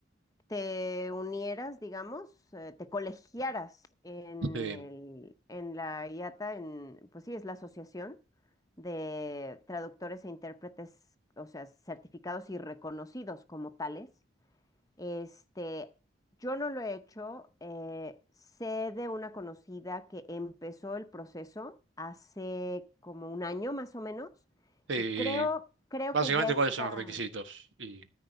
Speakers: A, on the left (about 20°); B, on the right (about 75°).
A: te unieras, digamos, eh, te colegiaras en
B: Sí.
A: el, en la IATA, en, pues sí, es la asociación de traductores e intérpretes, o sea, certificados y reconocidos como tales. Este, yo no lo he hecho, eh, sé de una conocida que empezó el proceso hace como un año más o menos
B: Y
A: y creo, creo
B: básicamente
A: que ya está.
B: cuáles son los requisitos. Y